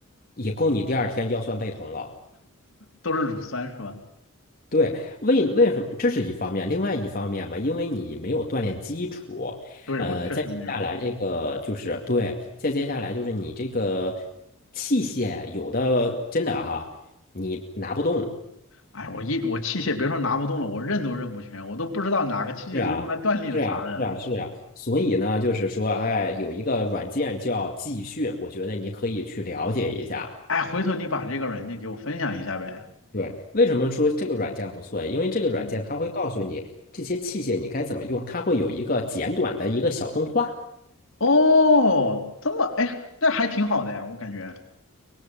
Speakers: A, on the left (about 45°); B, on the left (about 75°).
A: 也够你第二天腰酸背痛了。
B: 都是乳酸是吧？
A: 对，为为什么？这是一方面，另外一方面嘛，因为你没有锻炼基础，
B: 对，
A: 呃，
B: 我确实没有。
A: 再接下来这个就是对，再接下来就是你这个器械有的真的哈，你拿不动。
B: 哎，我一我器械别说拿不动了，我认都认不全，我都不知道哪个器械是用来锻炼啥的。
A: 是啊，是啊，是啊，是啊。所以呢，就是说，哎，有一个软件叫技训，我觉得你可以去了解一下。
B: 哎，回头你把这个软件给我分享一下呗。
A: 对，为什么说这个软件不错？因为这个软件它会告诉你这些器械你该怎么用，
B: 嗯，
A: 它会有一个简短的一个小动画。
B: 哦，这么，哎，那还挺好的呀，我感觉。